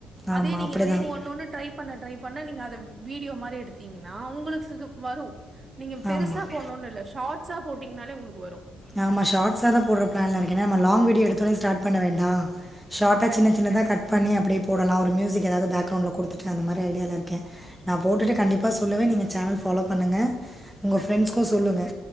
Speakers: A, on the right; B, in the centre.
A: அதே
B: ஆமாம்
A: நீங்க
B: அப்படி
A: வந்து
B: தான்
A: ஒன்னொண்ணு பண்ண ட்ரை பண்ணா நீங்க அத வீடியோ மாரி எடுத்தீங்னா உங்களுக்கு <unintelligible> வரு நீங்க பெருசா
B: ஆமாம்
A: போணுனு இல்ல ஷார்ட் ட்ஸா போட்டீங்னாலே உங்களுக்கு வரு
B: நம்ம ஷார்ட்ஸ் தா போடுற பிளான்ல இருக்கே லாங் வீடியோ எடுத்தோனே ஸ்டார்ட் பண்ண வேண்டா ஷார்டா
A: கரெக்ட்
B: சின்ன சின்னதாக
A: கரெக்ட்.
B: கட் பண்ணி அப்டியே போடலா ஒரு மியூசிக் எதாது பேக்ரௌண்ட் குடுத்துட்டு அந்த மாரி ஐடியால இருக்கே நா போட்டுட்டு கண்டிப்பா சொல்லுவே நீங்க சேனல் ஃபாலோ பண்ணுங்க உங்க
A: கண்டிப்பா
B: ஃபிரெண்ட்ஸ்கு
A: கண்டிப்பா.
B: சொல்லுங்க